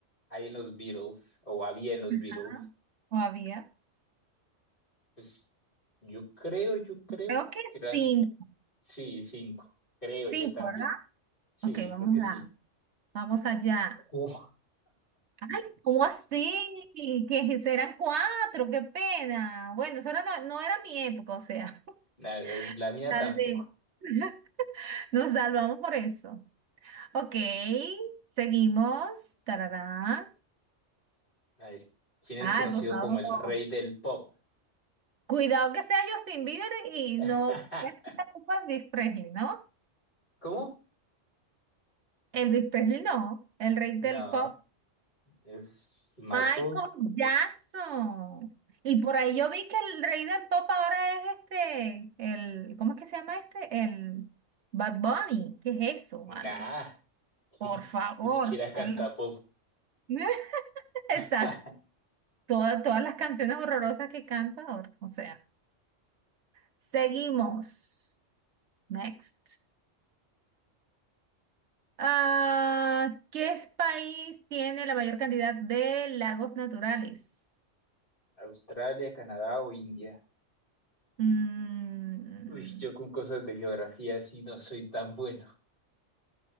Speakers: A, on the left; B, on the right.
A: hay en los Beatles o había en los Beatles?
B: ajá, o había.
A: Pues yo creo, yo creo
B: Creo que
A: que eran,
B: cinco.
A: sí, cinco. Creo yo
B: Cinco,
A: también.
B: ¿verdad?
A: Sí,
B: Ok, vamos
A: creo que sí.
B: a, vamos allá.
A: Uf,
B: Ay, ¿cómo así? Que eso eran cuatro, qué pena. Bueno, eso era- no, no era mi época, o sea, <laughs>
A: la, la mía
B: tal
A: tampoco.
B: vez. <laughs> Nos salvamos por eso. Ok, seguimos. Tararán.
A: A ver, ¿quién es
B: Ay,
A: conocido
B: por favor.
A: como el rey del pop?
B: Cuidado que sea Justin Bieber y
A: <laughs>
B: no que sea tampoco Elvis Presley, ¿no?
A: ¿Cómo?
B: Elvis Presley no, el rey
A: No,
B: del pop,
A: es Michael.
B: Michael Jackson. Y por ahí yo vi que el rey del pop ahora es este, el, ¿cómo es que se llama este? El Bad Bunny. ¿Qué es eso, vale?
A: Nah, <laughs>
B: Por favor.
A: ni siquiera canta
B: el-
A: pop.
B: <laughs> Exacto.
A: <laughs>
B: Toda- todas las canciones horrorosas que canta ahora. O sea, seguimos. Next. Ah, ¿qué es- país tiene la mayor cantidad de lagos naturales?
A: Australia, Canadá o India.
B: Mm,
A: Uy, yo con cosas de geografía sí no soy tan bueno.